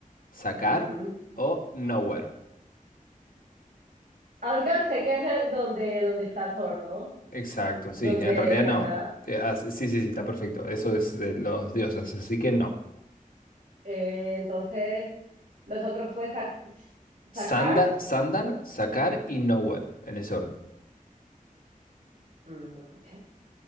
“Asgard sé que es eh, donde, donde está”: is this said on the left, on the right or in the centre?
Right